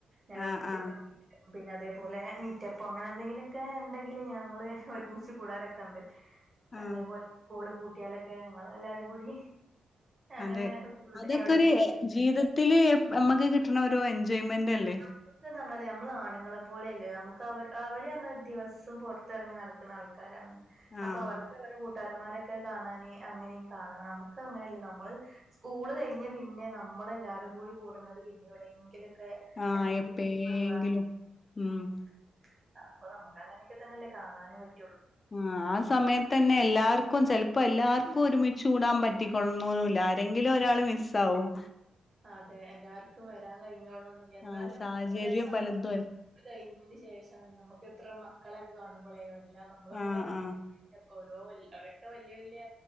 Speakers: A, on the right (about 25°); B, on the left (about 30°).
A: ഞാൻ
B: ആഹ്
A: വിളിച്ചിട്ട്
B: ആഹ്
A: <inaudible> പിന്നെ അതേപോലെ മീറ്റപ്പോ അങ്ങനെ എന്തെങ്കിലൊക്കെ ഇണ്ടെങ്കിൽ ഞങ്ങൾ ഒരുമിച്ച് കൂടാറോക്കെ ഇണ്ട്.
B: ആഹ്
A: അതേപോലെ സ്കൂൾ പൂട്ടി ട്ടാലൊക്കെ നങ്ങളെല്ലാരും കൂടി അങ്ങനെ
B: അതെ അതൊക്കൊര്
A: എവിടെയെങ്കിലും
B: ജീവിതത്തിൽ നമ്മക്ക് കി ട്ട്ണോരു എൻജോയ്മെന്റ് അല്ലേ?
A: <unintelligible> പറഞ്ഞാൽ നമ്മൾ ആണുങ്ങളെ പോലെയല്ലെ നമ്മക്ക് അവര് അവര് പറഞ്ഞാ ദിവസ്സം പൊറ്ത്തറങ്ങി നടക്ക്‌ണ ആൾക്കാരാണ്
B: ആഹ്
A: അപ്പം അവർക്ക് അങ്ങനെ ഒ ട്ടാരമ്മാരൊക്കെ കാണാൻ അങ്ങനെമ് കാണാ നമ്മ്ക്ക് അങ്ങനെയല്ല നമ്മളൾ സ്കൂൾ കഴിഞ്ഞെ പിന്നെ നമ്മളെല്ലാരും കൂടി കൂട്ന്നത് പിന്നെ എവിടെയെങ്കിലൊകെ
B: ആഹ്
A: എന്തെങ്കിലൊക്കെ
B: എപ്പേങ്കിലും
A: ഒരു പരിപാടി
B: ഉം
A: ആ അപ്പ നമ്മുക്ക് അങ്ങനെ ക്കെതെന്നെല്ലെ കാണാനും പറ്റ
B: ആ ആ സമയത്തെന്നെ എല്ലാരും ക്കും ചെലപ്പോ എല്ലാർക്കും ഒരുമിച്ച് കൂടാൻ പറ്റിക്കൊളണുന്നുല്ല ആരെങ്കിലും ഒരാൾ മിസ്സാകും
A: അതെ എല്ലാർക്കും വരാൻ കഴിഞ്ഞോള എന്നാലും
B: ആഹ് സാഹചര്യം
A: രസാണ്
B: പലതും
A: നമ്മ
B: അൽ
A: <inaudible> കഴിഞ്ഞിന്റെ ശേഷം ആണ് നമ്മക്ക് എത്ര മാ കളൊക്കെ കാണുമ്പളെ ഇല്ല നമ്മളെ
B: ആഹ്
A: കൂടെ പഠിച്ച
B: ആഹ്
A: <inaudible> ഓരോ വല്ല്യ ഒരൊക്കെ വല്ല്യ വല്ല്യ